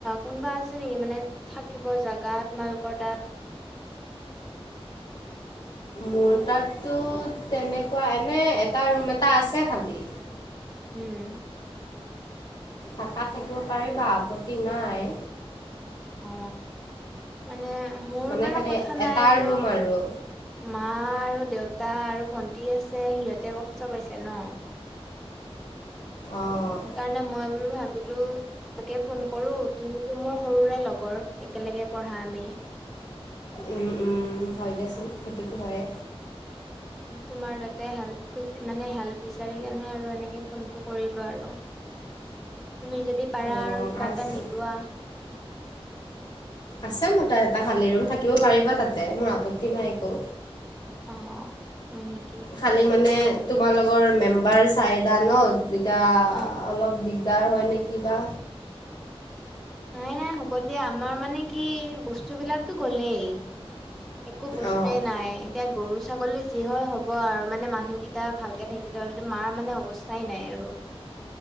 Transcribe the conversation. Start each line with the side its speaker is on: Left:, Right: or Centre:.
Centre: কোনোবা আছে নেকি মানে থাকিব জেগাত। তোমাৰ লোক তাত।
Left: মোৰ তাততো তেনেকুৱা এনে এটা ৰুম এটা আছে খালি।
Centre: উম।
Left: থাকাত থাকিব পাৰে বা আপত্তি নাই।
Centre: অ মানে মোৰ
Left: মানে
Centre: বাৰু
Left: খালি
Centre: কথা নাই
Left: এটা
Centre: ত
Left: ৰুম আৰু।
Centre: মা আৰু দেউতা আৰু ভন্টি আছে সিহঁতে কষ্ট পাইছে ন।
Left: অ'
Centre: সেইকাৰণে মই বোলো ভাবিলো তাকে ফোন কৰো তুমিতো মোৰ সৰুৰে লগৰ একেলগে পঢ়া আমি।
Left: উম উম হয় দিয়চোন সেইটোতো হয়ে।
Centre: তোমাৰ তাতে হেল্প খ মানে হেল্প বিচাৰি কেনে আৰু এনেকে ফোনটো কৰিলো আৰু। তুমি যদি পাৰা
Left: অ'
Centre: আৰু কিবা
Left: আছে
Centre: এটা মিলোৱা।
Left: আছে মোৰ তাত এটা খালি ৰুম থাকিব পাৰিবা তাতে মোৰ আপত্তি নাই একো।
Centre: অ। হয় নেকি
Left: খালি মানে তোমালোকৰ মেম্বাৰ চাইদা নত। এতিয়া
Centre: অ
Left: অলপ দিগদাৰ হয় নে কিবা?
Centre: নাই নাই হ'ব দিয়া আমাৰ মানে কি বস্তু বিলাকতো গলেই। একো বস্তুয়ে
Left: অ'
Centre: নাই এতিয়া গৰু ছাগলী যি হয় হ'ব আৰু, মানে মানুহকেইটা ভালকে থাকিলে হ'লে মাৰ মানে অৱস্থাই নাই আৰু।